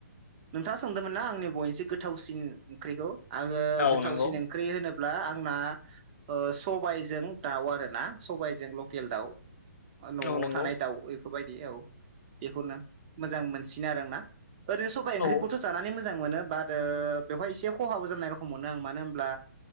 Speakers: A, on the right; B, on the left.
A: नोंथांङा सोंदोंमोन ना आंनि मोनसे गोथावसिन ओंख्रिखौ आंङो
B: औ
A: गोथावसिन
B: नंगौ
A: ओख्रि होनोब्ला आंना ओ सबायजों दाउ आरोना सबायाइजों लकेल दाउ न'आव
B: औ नंगौ
A: थानाय दाउ बेफोरबायदि औ बेखौनो मोजां मोनसिनो आरों ना ओरैनो सबबाय ओंख्रिखौथ'
B: औ
A: जानानै मोजां मोनो। बादो बेवहाय एसे खहाबो जानाय रखोम मोनो आं मानो होनोमब्ला